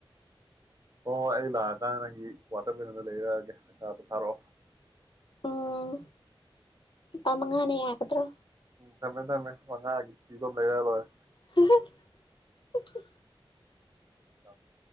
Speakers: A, on the right; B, on the left.
A: ꯍꯣꯏ ꯍꯣꯏ ꯑꯩ ꯂꯥꯛꯑꯀꯥꯟꯗ ꯅꯪꯒꯤ ꯋꯥꯇꯔ ꯃꯤꯂꯟꯗ ꯂꯩꯔꯛꯑꯒꯦ ꯄꯩꯁꯥꯗ ꯊꯥꯔꯛꯑꯣ
B: ꯑꯣ ꯄꯥ ꯃꯉꯅꯦ ꯌꯥꯒꯗ꯭ꯔꯣ
A: ꯇꯃꯦ ꯇꯃꯦ ꯋꯥꯉ ꯄꯤꯊꯣ ꯃꯔꯂꯣꯏ
B: <unintelligible> ꯑꯣꯊ
A: ꯊꯃꯃꯦ